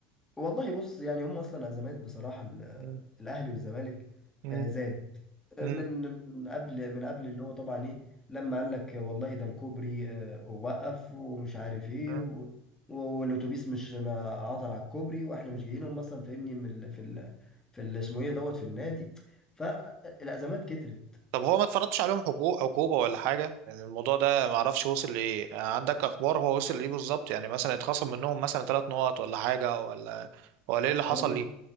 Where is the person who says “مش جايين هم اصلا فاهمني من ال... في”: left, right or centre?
Left